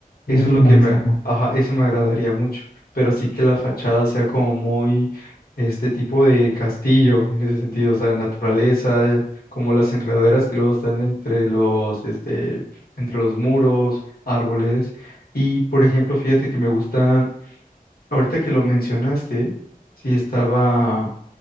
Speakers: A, on the left; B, on the left.
A: Eso
B: Muy minimalista,
A: es lo que me,
B: ajá.
A: ajá, eso me agradaría mucho, pero sí que la fachada sea como muy este tipo de castillo en ese sentido, o sea, naturaleza, eh, como las enredaderas que luego están entre los, este, entre los muros, árboles. Y, por ejemplo, fíjate que me gustan Ahorita que lo mencionaste, sí estaba,